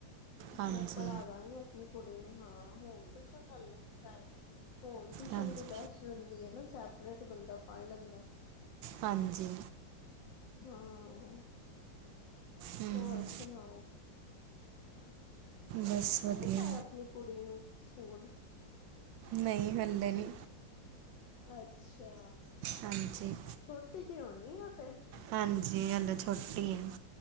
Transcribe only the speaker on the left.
ਮੈਂ ਪੜ੍ਹਾ ਦਾਗੀ ਅਪ ਨੀ ਕੁੜੀ ਨੂੰ ਹਾਂ ਹੋੁਮ ਟਿਊਸ਼ਨ ਲਲ ਲੇ ਚਾਏ। ਹੋਮ ਟਿਊਸ਼ਨ
ਤਾਂ ਬੈਸਟ ਰਹਿੰਦੀ ਏ ਨਾ ਸੈਪਰੇਟ ਬੰਦਾ ਪੜ੍ਹ ਲੈਂਦਾ।
ਹਾਂ,
ਹੋਰ ਸੁਣਾੳ। ਹੋਰ
ਤੁਸੀ
ਨੀ ਪਾਇਆ ਆਪਨੀ ਕੁੜੀ ਨੂੰ ਸਕੂਲ।
ਅੱਛਾ।
ਛੋਟੀ ਜਿਹੀ ਹੋਣੀ ਆ ਉਹ ਤੇ